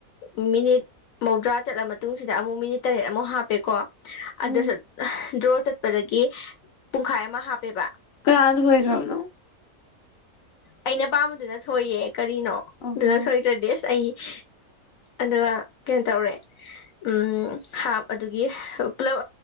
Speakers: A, on the left; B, on the left.
A: ꯃꯤꯅꯤꯠ ꯃꯧꯗ꯭ꯔꯥ ꯆꯠꯂ ꯃꯇꯨꯡꯁꯤꯗ ꯑꯃꯨꯛ ꯃꯤꯅꯤꯠ ꯇꯔꯦꯠ ꯑꯃꯨꯛ ꯍꯥꯞꯄꯦꯀꯣ
B: ꯎꯝ
A: ꯑꯗꯨꯁꯨ ꯗ꯭ꯔꯣ ꯆꯠꯄꯗꯒꯤ ꯄꯨꯡꯈꯥꯏ ꯑꯃ ꯍꯥꯞꯄꯦꯕ
B: ꯀꯥꯗ ꯍꯣꯏꯔꯅꯣ
A: ꯑꯩꯅ ꯄꯥꯝꯕꯗꯨꯗ ꯊꯣꯏꯌꯦ ꯀꯔꯤꯅꯣ
B: ꯑꯣꯍꯣ
A: ꯑꯗꯨꯗ ꯊꯣꯏꯗ꯭ꯔꯗꯤꯁ ꯑꯩ <unintelligible> ꯑꯗꯨꯒ ꯀꯩꯅꯣ ꯇꯧꯔꯦ ꯎ ꯍꯥꯞ ꯑꯗꯨꯒꯤ ꯄꯨꯂꯞ